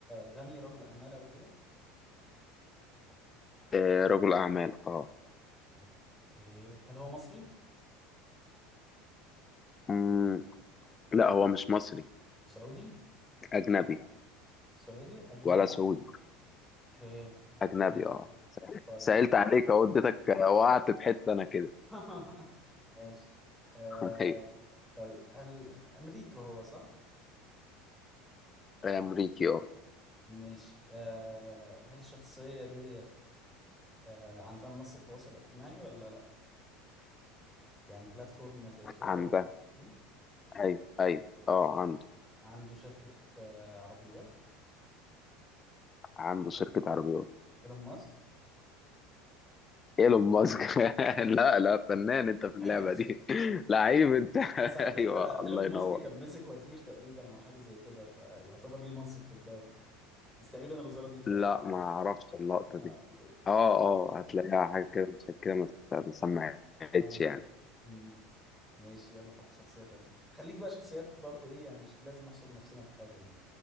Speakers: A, in the centre; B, on the left.
A: غني رجل أعمال أو كده
B: آه، رجل اعمال اه
A: اوكي هل هو مصري
B: مم. لا هو مش مصري
A: سعودي
B: اجنبي
A: سعودي أجنبي
B: ولا سعودي
A: اوكي
B: اجنبي
A: ماشي
B: اه
A: طيب
B: سألت عليك اهو اديتك وقعت في حته انا كده
A: <laughs> ماشي آه
B: <laughs> ايوه
A: طيب هل أمريكا هو صح
B: امريكي اه
A: ماشي آه هل الشخصية ديت آه عندها منصة تواصل اجتماعي ولا لا يعني بلاتفورم زي تويتر
B: عندها
A: دي
B: ايوه ايوه
A: <laughs>
B: اه عنده
A: عنده شركة آه، عربيات
B: عنده شركه عربيات
A: ايلون ماسك
B: ايلون ماسك <laughs>
A: <laughs>
B: لا لا فنان انت في اللعبه
A: ماشي
B: دي <laughs> لعيب انت
A: بس
B: <laughs>
A: على فكرة
B: ايوه الله
A: ايلون
B: ينور
A: ماسك كان مسك وزير تقريبا او حاجة زي كده فيعتبر ليه منصب في الدولة بس تقريبا الوزارة دي اتلغت
B: لا ما اعرفش اللقطه
A: اه
B: دي
A: اوكي
B: اه
A: ماشي
B: اه هتلاقيها حاجه كده عشان كده ما ما سمعتش
A: اه
B: يعني
A: مم. ماشي يلا حط شخصية تانية خليك بقى شخصيات برضو ايه يعني مش لازم نحصر نفسنا في حاجة يعني